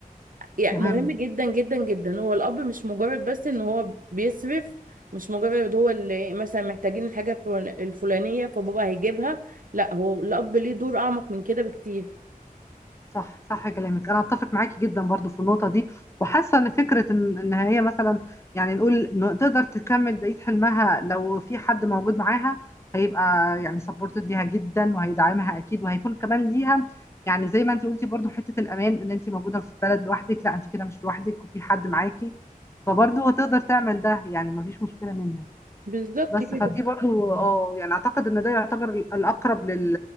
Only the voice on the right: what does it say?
يعني
مهم جدا جدا جدا هو الاب مش مجرد بس ان هو بيصرف مش مجرد هو اللي مثلا محتاجين الحاجه الفلان- الفلانيه فبابا هيجيبها لا هو الاب ليه دور اعمق من كده بكتير
بالظبط
كده